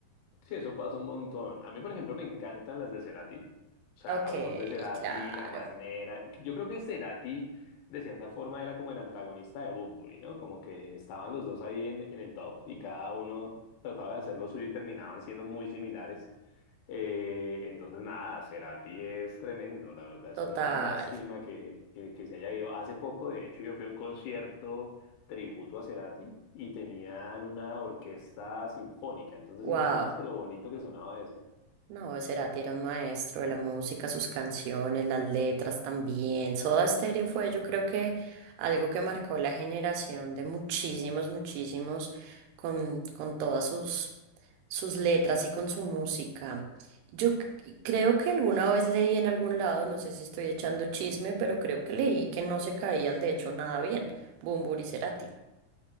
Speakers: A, on the left; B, on the right.
A: Sí, eso pasa un montón. A mí, por ejemplo, me encantan las de Cerati. O sea,
B: Ok,
A: la voz de Cerati,
B: claro.
A: la manera. Yo creo que Cerati, de cierta forma, era como el antagonista de Bunbury, ¿no? Como que estaban los dos ahí en, en el top y cada uno trataba de hacer lo suyo y terminaban siendo muy similares. Eh, entonces, nada, Cerati es tremendo, la verdad.
B: Total.
A: Es una lástima que, que, que se haya ido. Hace poco, de hecho, yo fui a un concierto tributo a Cerati y tenían una orquesta sinfónica. Entonces
B: Wow.
A: imagínate lo bonito que sonaba eso.
B: No, Cerati era un maestro de la música, sus canciones, las letras también. Soda Stereo fue, yo creo que algo que marcó la generación de muchísimos, muchísimos con, con todas sus, sus letras y con su música. Yo c- creo que alguna vez leí en algún lado, no sé si estoy echando chisme, pero creo que leí que no se caían de hecho nada bien, Bumbur y Cerati.